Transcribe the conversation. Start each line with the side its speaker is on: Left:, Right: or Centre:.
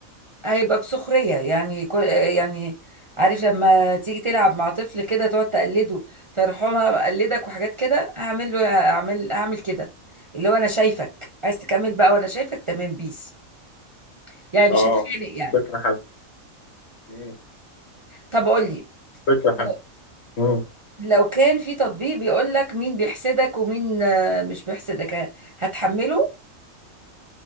Right: هيبقى بسخرية يعني كو- يعني عارف لما تيجي تلعب مع طفل كده تقعد تقلده فيرحمها بقلدك وحاجات كده هعمل له هعمل هعمل كده اللي هو انا شايفك عايز تكمل بقى وانا شايفك تمام بيس يعني مش
Left: اه
Right: هتخانق يعني
Left: فكرة حلوة مم.
Right: طب قول لي
Left: فكرة حلوة
Right: لو
Left: مم.
Right: لو كان في تطبيق بيقول لك مين بيحسدك ومين آه، مش بيحسدك ه- هتحمله